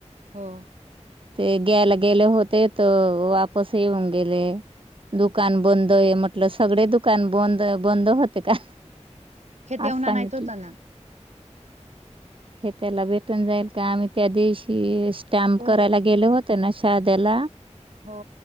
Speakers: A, on the right; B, on the right.
A: हो
B: ते ग्याला गेले होते तर वापस येऊन गेले दुकान बंद हे म्हटलं सगडे दुकान बंद बंद होते का?
A: खेतीवणा
B: असं सांगितले
A: आणायच होता ना
B: हे त्येला भेटून जाईल का आम्ही त्या दिवशी स्टँम
A: हो
B: करायला गेल होते ना दादाला
A: हो